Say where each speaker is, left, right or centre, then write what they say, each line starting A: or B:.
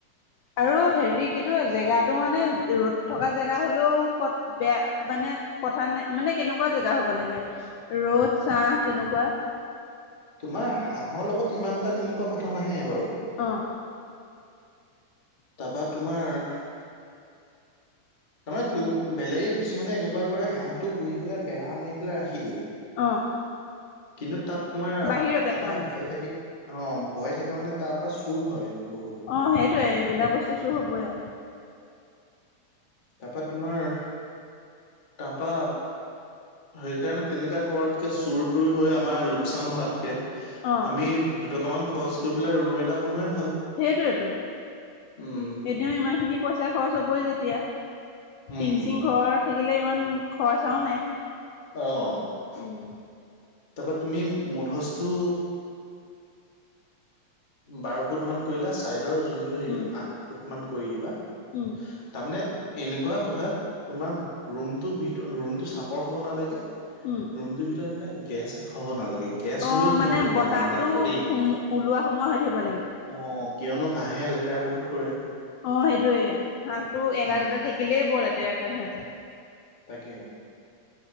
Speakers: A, on the left; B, on the left.
A: আৰু হেৰি কিন্তু জেগাতটো মানে ৰ'দ থকা জেগা হ'লেও ক'ত বেয়া মানে কথা নাই মানে কেনেকুৱা জেগা হ'ব লাগে ৰ'দ, চাহ, তেনেকুৱা
B: তোমাৰ হাঁহৰ লগত ইমান এটা তেনেকুৱা কথা নাহে বাৰু।
A: অ
B: তাৰপা তোমাৰ তাৰমানে ত বেলেগে কিছুমানে এনেকুৱা কৰি হাঁহটো পুহি পেলাই বেৰা মাৰি পেলাই ৰাখি দিয়ে।
A: অ
B: কিন্তু তাত তোমাৰ
A: বাহিৰতে
B: এটা
A: মানে
B: ভয় থাকে অ ভয় থাকে মানে তাৰ পৰা চুৰ হয়। বহুত
A: অ সেইটোৱে এইবিলাক বস্তু চু হবই আৱ।
B: তাপা তোমাৰ? তাপা সেইকাৰণে তেনেকা কৰতকে চুৰ তুৰ হৈ আমাৰ লোকচান হোৱাতকে
A: অ
B: আমি দুটকামান খৰচ কৰি পেলাই ৰুম এটা বনুৱাই।
A: সেইটোৱেতু
B: উম
A: এতিয়াও ইমান খিনি পইচা খৰচ হবই যেতিয়া
B: উম
A: টিংচিং ঘৰ থাকিলে ইমান খৰচাও নাই।
B: অ',
A: উম
B: তাপা তুমি মুধচটো বাৰ ফুট মান কৰিলা চাইদ ভিতৰৰ যুনটো সেই
A: উম
B: আঠ ফুট মান কৰি দিবা
A: উম
B: তামানে এনেকুৱা কোঠাত তোমাৰ ৰুমটোৰ ভিতৰ ৰুমটো চাপৰ হব নালাগে।
A: উম
B: ৰুমটোৰ ভিতৰত মানে গেছ হ'ব নালাগে। গেছ
A: অ
B: হলেও সিহঁতৰ
A: মানে বতাহটো
B: বেমাৰ হয় আকৌ দেই
A: ওলোৱা সোমোৱা হৈ থাকিব লাগে
B: অ। কিয়নো হাঁহে লেতেৰা বহুত কৰে।
A: অ সেইটোৱে হাঁহটো এটা
B: উম,
A: দুটা থাকিলেই ব লেতেৰা কৰে সিহঁতে।
B: তাকে।